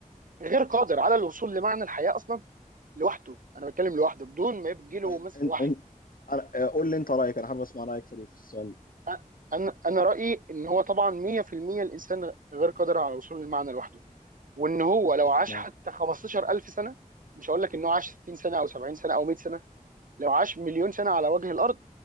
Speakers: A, on the right (about 75°); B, on the left (about 85°).
A: غير قادر على الوصول لمعنى الحياه اصلا لوحده انا بتكلم لوحده بدون ما يجي له
B: طيب
A: مثلا
B: ان
A: وحي
B: ان أنا- آه، قول لي انت رايك انا حابب اسمع رايك في في السؤال ده
A: أ- انا انا رايي ان هو طبعا 100% الانسان غير قادر على الوصول للمعنى لوحده وان هو
B: اتفق
A: لو عاش
B: معاك
A: حتى 15000 سنه مش هقول لك ان هو عاش 60 سنه او 70 سنه او 100 سنه لو عاش مليون سنه على وجه الارض